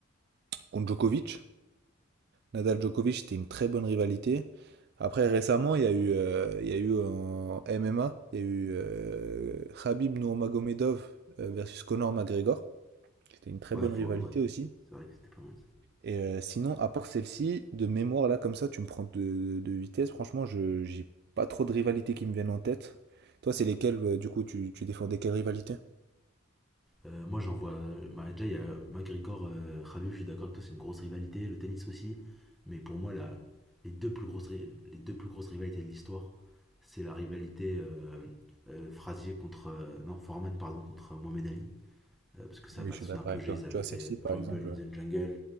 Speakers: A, on the right; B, in the centre.
A: contre Djokovic. Nadal-Djokovic, c'était une très bonne rivalité. Après récemment, il y a eu, euh, il y a eu en MMA, il y a eu euh, Khabib Nurmagomedov euh, versus Conor McGregor. C'était une très
B: Ouais,
A: bonne
B: faut,
A: rivalité
B: ouais.
A: aussi.
B: C'est vrai que c'était pas mal.
A: Et euh, sinon, à part celle-ci, de mémoire, là, comme ça, tu me prends de, de vitesse. Franchement, je j'ai pas trop de rivalités qui me viennent en tête. Toi, c'est lesquelles, euh, du coup, tu, tu défendais quelle rivalité?
B: Euh, moi, j'en vois. bah, déjà, il y a McGregor, euh, Khabib, je suis d'accord avec toi, c'est une grosse rivalité. Le tennis aussi. Mais pour moi, la, les, deux plus grosses, ri- les deux plus grosses rivalités de l'histoire, c'est la rivalité euh, euh, Frazier contre. euh, non, Foreman, pardon, contre Mohamed Ali. Euh, parce que ça
A: Oui,
B: battait
A: je suis
B: son
A: d'accord
B: apogée.
A: avec toi.
B: Ils avaient
A: Tu vois,
B: fait
A: celle-ci, par
B: Rumble
A: exemple.
B: in
A: ouais.
B: the Jungle.